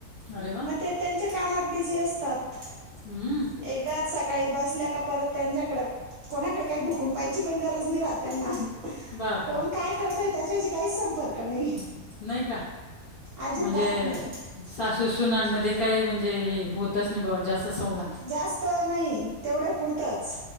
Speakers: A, on the left; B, on the right.
A: अरे वा
B: म ते त्यांच्या कामात बिझी असतात?
A: हं.
B: एकदाच सकाळी बसल्याक परत त्यांच्याकड, कोणाकडे काय डूकून पाहायची पण गरज नाही राहत त्यांना?
A: बापरे
B: कोण काय करतय त्याच्याशी काहीच संपर्क नाही.
A: नाही का
B: आजीबात
A: म्हणजे
B: नाही.
A: सासू सुनांन मध्ये काही म्हणजे हे होतच नाही बुवा जास्त संवाद.
B: जास्त नाही तेवढ्या पुरतच,